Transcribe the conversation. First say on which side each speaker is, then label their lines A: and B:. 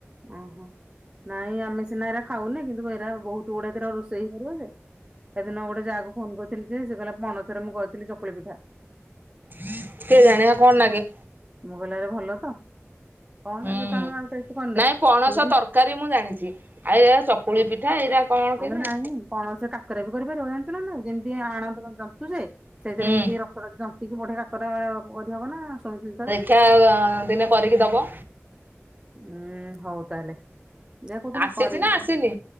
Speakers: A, on the right; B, on the right.
A: ଓହୋ ନାଇଁ, ଆମେ ସିନା ଏରା ଖାଉନି, କିନ୍ତୁ ଏରା ବହୁତ ଗୁଡାକ ରୋଷେଇ ହେଲା ଯେ ସେଦିନ, ଯା କୁ ଫୋନ୍ କରି ଥିଲିଯେ, ସେ କହିଲା -ପଣସରେ ମୁଁ କରିଥିଲି ଚକୁଳି ପିଠା।
B: <inaudible> କେ ଜାଣି କଣ ଲାଗେ?
A: ମୁଁ କହିଲା, ଏରେ ଭଲ ତ କଣ
B: ହୁଁ
A: ଲାଗେ ତ? ଆମେ ଆଉ ଟେଷ୍ଟ କରିନେ।
B: ନାଇଁ ପଣସ
A: ହେଲେ ବି
B: ତରକାରୀ ମୁଁ ଜାଣିଛି, ଆଉ ଏ ଚକୁଳି ପିଠା ଏଇରା କଣ? କେଜାଣି
A: ଆଲେ ନାଇଁ, ପଣସ କାକରା ବି କରିପାରିବ, ଜାଣିଛୁ ନା ନାହିଁ? ଯେମିତି ଆଣ ଆଣ ଜନ୍ତୁଚେ, ସେଇଥିରେ
B: ହୁଁ
A: ଏମତି ଜନ୍ତିିକି ବଢିଆ କାକରା କରି ହବ ନା? ଶୁଣିଥିଲି ଥରେ।
B: <inaudible> ଦିନେ କରିକି ଦେବ।
A: ଉୁଁ, ହଉ ତାହେଲେ, ଯେ କଉ ଦିନ
B: ଆସିଛି
A: କରିବି।
B: ନା ଆସିନି